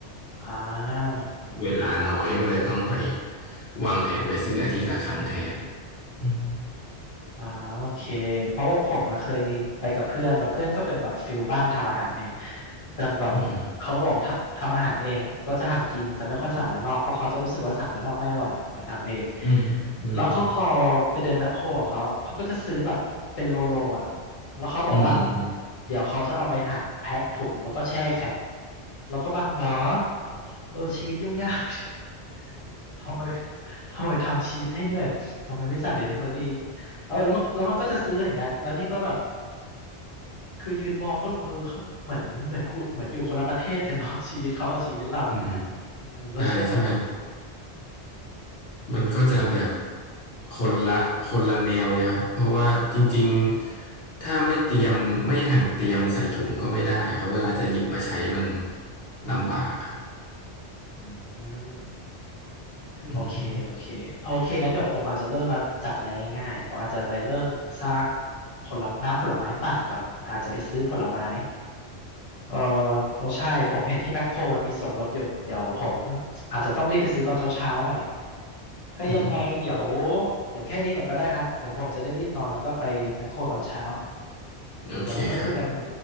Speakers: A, on the left; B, on the left.
A: อ่า
B: เวลาน้อยก็เลยต้องไปวางแผนไปซื้ออาทิตย์ละครั้งแทนอืม
A: อ่าโอเคเพราะว่าผมอะเคยมีไปกับเพื่อนแล้วเพื่อนก็เป็นแบบฟิลบ้านทำอาหารเองจำแบบเขาก็บอกทำทำอาหารเองอ่ะก็จะทำกินจะไม่ค่อยสั่งด้านนอกเพราะเขาจะรู้สึกว่าสั่งด้านนอกไม่อร่อยเหมือนทำเอง
B: อืมอืมอืม
A: แล้วก็พอเราไปเดินแมคโครกับเขาอะเขาก็จะซื้อแบบเป็นโลโลอ่ะแล้วเขาบอกว่า
B: อืม
A: เดี๋ยวเขาจะเอาไปหั่นแพ็คถุงแล้วก็แช่แข็งแล้วก็ฟังเหรอเออชีวิตยุ่งยาก <laughs> ทำไมทำไมทำชีวิตให้เหนื่อยทำไมไม่สั่งเดลิเวอรี่ เออแล้วมันแล้วมันก็จะซื้ออย่างเงี้ยแล้วนี่ก็แบบคือยืนมองก็บอกเออเขาเหมือนเหมือนคุเหมือนอยู่คนละประเทศกันเนาะ <laughs> ชีวิตเขากับชีวิตเรา
B: อืม
A: อืมเราเทียบกับคน
B: ใช่ใช่มันก็จะแบบคนละคนละแนวเลยครับ เพราะว่าจริงๆ ถ้าไม่เตรียมไม่หั่นเตรียมใส่ถุงก็ไม่ได้เพราะเวลาจะหยิบมาใช้มันลำบากครับ
A: อืม
B: อืม
A: โอเค โอเคโอเคงั้นเดี๋ยวผมอาจจะเริ่มมาจากอะไรง่ายๆผมอาจจะไปเริ่มซากผลไม้น้ำผลไม้ปั่นก่อนแต่อาจจะไปซื้อผลไม้เออโอ้ใช่ผมเห็นที่แมคโครมันมีส่วนลดอยู่เดี๋ยวผมอาจจะต้องรีบไปซื้อตอนเช้าๆหน่อยถ้ายังไงเดี๋ยว
B: อืม
A: เดี๋ยวแค่นี้ก่อนก็ได้ครับเดี๋ยวผมจะได้รีบนอนแล้วก็ไปแมคโครตอนเช้า
B: โอเคครับ
A: เดี๋ยวไว้ค่อยเคุยกันใหม่